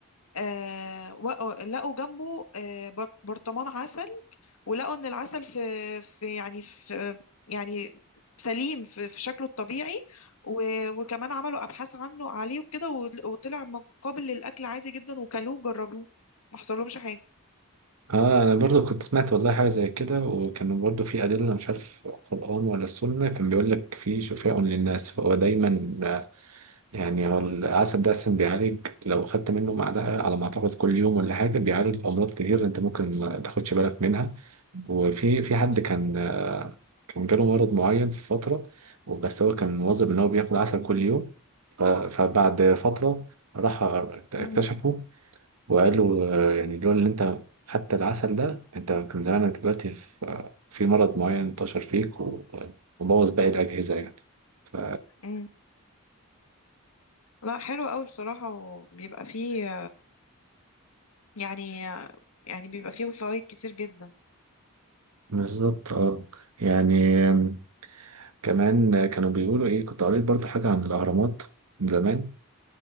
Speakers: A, on the left; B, on the right.
A: آه وقوا- لقوا جنبه آه بر- برطمان عسل ولقوا ان العسل في في يعني في يعني سليم في, في شكله الطبيعي و- وكمان عملوا ابحاث عنه عليه وكده ول- وطلع م- قابل للاكل عادي جدا وكلوه وجربوه ما حصلهمش حاجه
B: اه انا برضو كنت سمعت والله حاجه زي كده وكان برضو في ادله مش عارف القران ولا السنه كان بيقول لك في شفاء للناس فهو دايما آه، يعني هو العسل ده اصلا بيعالج لو خدت منه معلقه على ما اعتقد كل يوم ولا حاجه بيعالج امراض كتير انت ممكن ما تاخدش بالك منها وفي في حد كان آه، كان جاله مرض معين في فتره وبس هو كان مواظب ان هو بياكل عسل كل يوم ف- فبعد فتره راح اكتشفه
A: مم.
B: وقالوا آه، يعني لولا اللي انت خدت العسل ده انت كان زمانك دلوقتي في آه، في مرض معين انتشر فيك و- آه، وبوظ باقي الأجهزة يعني ف
A: مم. لا حلو قوي بصراحه وبيبقى فيه يعني يعني بيبقى فيه فوائد كتير جدا
B: بالظبط اه يعني آم، كمان كانوا بيقولوا ايه كنت قريت برضو حاجة عن الأهرامات من زمان